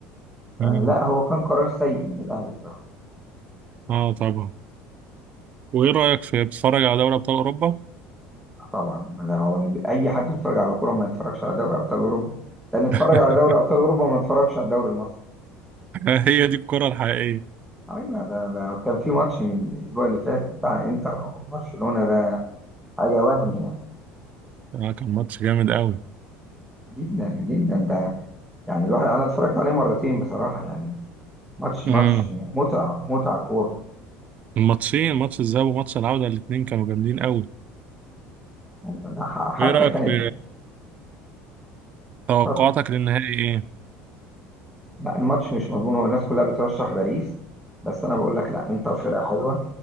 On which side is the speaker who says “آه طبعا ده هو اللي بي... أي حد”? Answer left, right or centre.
Centre